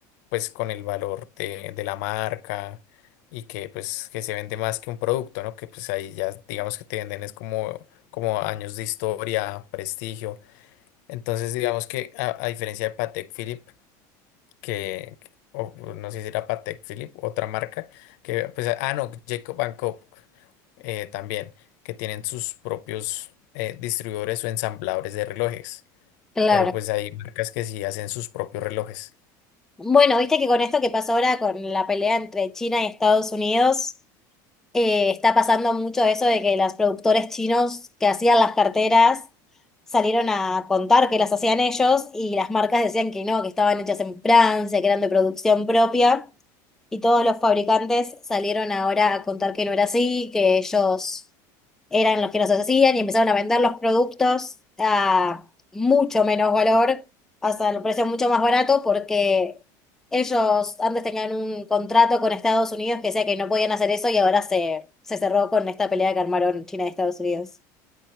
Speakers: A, on the left; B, in the centre.
A: pues con el valor de, de la marca y que pues que se vende más que un producto, ¿no? Que pues ahí ya digamos que te venden es como, como años de historia, prestigio. Entonces digamos que a, a diferencia de Patek Philippe, que, o pues, no sé si era Patek Philippe, otra marca, que, pues, ah, no, Jacob Cope eh, también, que tienen sus propios eh, distribuidores o ensambladores de relojes,
B: Claro.
A: pero pues hay marcas que sí hacen sus propios relojes.
B: Bueno, viste que con esto que pasó ahora, con la pelea entre China y Estados Unidos, eh, está pasando mucho eso de que los productores chinos que hacían las carteras salieron a contar que las hacían ellos y las marcas decían que no, que estaban hechas en Francia, que eran de producción propia. Y todos los fabricantes salieron ahora a contar que no era así, que ellos eran los que nos hacían y empezaron a vender los productos a mucho menos valor, hasta el precio mucho más barato, porque ellos antes tenían un contrato con Estados Unidos que decía que no podían hacer eso y ahora se, se cerró con esta pelea que armaron China y Estados Unidos.